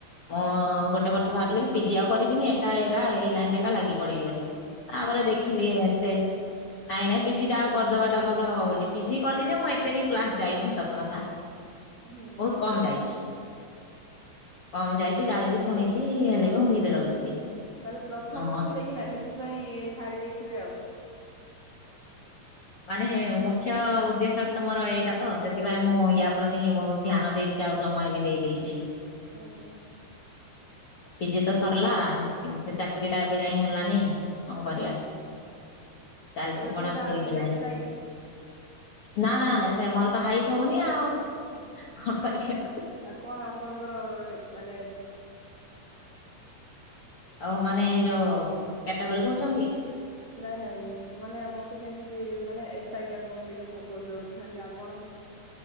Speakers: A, on the left; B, on the right.
A: ହଁ ଗୋଟେ ବର୍ଷ ଭାବିଲେ କି ପିଜି ଆଉ କରିବିନି ଏଟା ଏ ଏକା ଏଇ ଲାଇନ ରେ ଏକା ଲାଗି ପଡିବି ବୋଲି। ତାପରେ ଦେଖିଲି
B: ହଁ
A: ନାଇଁ ନାଇଁ ପିଜି ଟା ଆଉ କରିଦବାଟା ଭଲ ହବ ବୋଲି ପିଜି କଲି ଯେ ମୁଁ ଏତେ ବି କ୍ଲାସ ଯାଇନି। ସତ କଥା
B: ହୁଁ
A: ବହୁତ କମ ଯାଇଛି। କମ ଯାଇଛି ଗାଳି ବି ଶୁଣିଛି ହେଲେ ବି ମୁଁ ଧୀରେ ରହୁଥିଲି।
B: ତାହେଲେ ପ୍ରଥମ
A: ହଁ
B: ଥିଲେ କି ନାଇ ସେଥିପାଇଁ ଛାଡି ଦେଇଥିବେ ଆଉ
A: ମାନେ ହେ ମୁ ମୁଖ୍ୟ ଉଦ୍ଦେଶ୍ୟଟା ତ ମୋର ଏଇଟା ତ ସେଥିପାଇଁ ମୁଁ ୟା ପ୍ରତି ହିଁ ବହୁତ ଧ୍ୟାନ ଦେଇଛି ଆଉ ସମୟ ବି ଦେଇ ଦେଇଛିି।
B: ଓହୋ।
A: ପିଜି ତ ସରିଲା କିନ୍ତୁ ସେ ଚାକିରି ଟା ଏବେ ଯାଇ ହେଲାନି ହଉ। କରିବା ଚାଲିଛି
B: ଏବେ କୋଉଟା
A: ପଢାପଢି
B: ଅଛି
A: ଏବେ ଯାଏ।
B: ଏସ୍ ଆଇ
A: ନା ନା ମୋର ତ ହାଇଟ୍ ହଉନି ଆଉ କଣ କରିବି ଆଉ।
B: ଆଉ କଣ ଆପଣଙ୍କର ମାନେ
A: ଆଉ ମାନେ ଏ ଯୋଉ କ୍ୟାଟାଗୋରୀ କହୁଛନ୍ତି।
B: ନାଇଁ ନାଇଁ ମାନେ ମତେ କେମିତି ମାନେ ଏସ୍ଆଇ ଟା କ ମୁ ଟିକେ ଫୋକସ ଦଉଛି ସେତି ଆପଣ